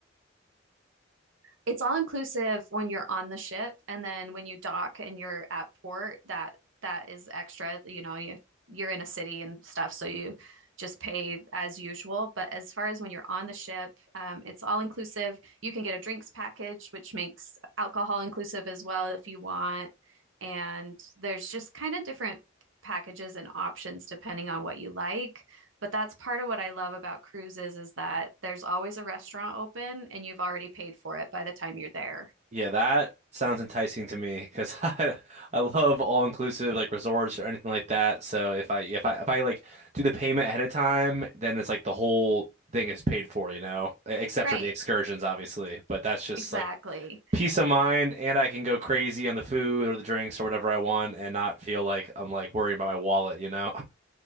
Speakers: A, on the right; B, on the right.
A: It's all inclusive when you're on the ship, and then when you dock and you're at port, that that is extra. You know, you you're in a city and stuff, so you just pay as usual. But as far as when you're on the ship, um, it's all inclusive. You can get a drinks package, which makes alcohol inclusive as well if you want. And there's just kind of different packages and options depending on what you like. But that's part of what I love about cruises is that there's always a restaurant open and you've already paid for it by the time you're there.
B: Yeah, that sounds enticing to me because <laughs> I I love all-inclusive like resorts or anything like that. So if I if I if I like do the payment ahead of time, then it's like the whole thing is paid for, you know, E- except
A: Right,
B: for the excursions, obviously. But that's just
A: exactly.
B: like peace of mind, and I can go crazy on the food or the drinks or whatever I want, and not feel like I'm like worrying about my wallet, you know? <laughs>